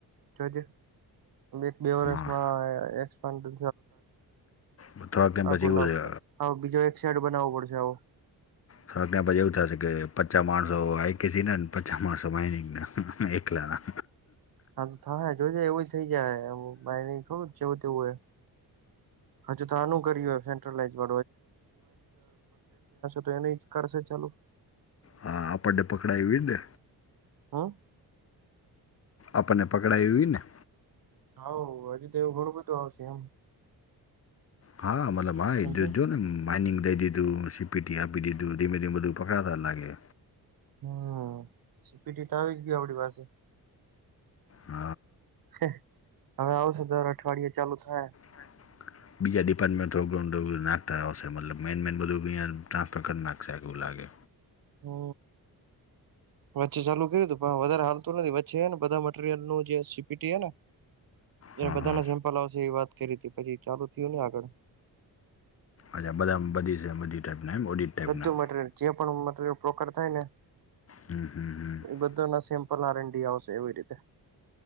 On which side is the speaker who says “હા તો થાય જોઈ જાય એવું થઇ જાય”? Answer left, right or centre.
Right